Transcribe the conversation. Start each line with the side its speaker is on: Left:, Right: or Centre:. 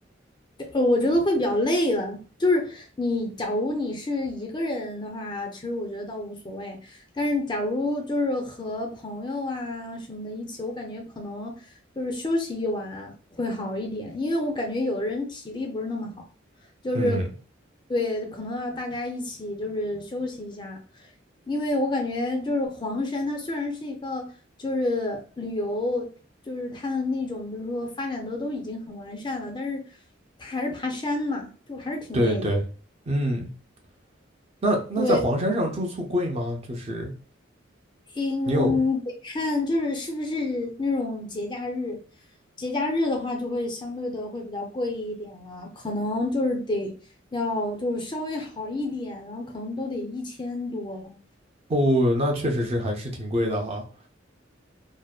Left: 呃我觉得会比较累了。就是你，假如你是一个人的话，其实我觉得倒无所谓。但是假如就是和朋友啊什么的一起，我感觉可能就是休息一晚会好一点，因为我感觉有的人体力不是那么好。就是
Right: 嗯，
Left: 对，可能要大家一起就是休息一下，因为我感觉就是黄山，它虽然是一个就是旅游，就是它的那种，比如说发展的都已经很完善了，但是它还是爬山嘛，就还是挺累的。
Right: 对对，嗯，那那在黄山上住宿贵吗？
Left: 对，
Right: 就是
Left: 嗯，
Right: 你有？
Left: 得看就是是不是那种节假日，节假日的话就会相对的会比较贵一点了，可能就是得要就是稍微好一点，然后可能都得一千多了。
Right: 哦，那确实是还是挺贵的哈。